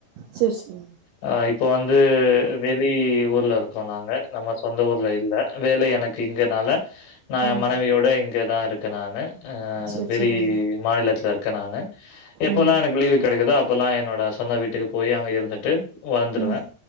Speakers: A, on the right (about 85°); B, on the left (about 80°).
A: சேரி சேரிங்க
B: ஆஆ இப்போ வந்து வெளி ஊர்ல இருக்கோ நாங்க நம்ம சொ அந்த ஊர்ல இல்ல வேலை எனக்கு இங்கனால நான்
A: ம்
B: என் மனைவியோட இங்கதான் இருக்க நானு அஹ்
A: சேரி
B: வெளி
A: சேரிங்க
B: மாநிலத்துல இருக் க்க நானு எப்பொல்லா
A: ம்
B: எனக்கு லீவு கிடைக்குதோ அப்பெல்லாம் என்னோட சொந்த வீட்டுக்கு போய் அங்க இருந்துட்டு வந்துருவேன்
A: ம்